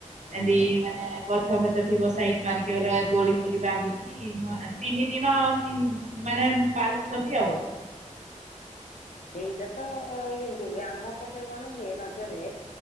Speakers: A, on the right; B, on the left.
A: ଏଣ୍ତି
B: ହଁ
A: ମାନେ ଗଛ ଫଛ ଥିବ ସାଇଟ୍ ମାନଙ୍କରେ ଦୋଳି <unintelligible> ଏଇ ନୂଆ ତିନି ତିତି ମାନେ ପାଲୁଛନ୍ତି ଆଉ।
B: ସେଇଟା ତ କିନ୍ତୁ ଆମ ପଟେ କଣ ହୁଏ ରଜରେ।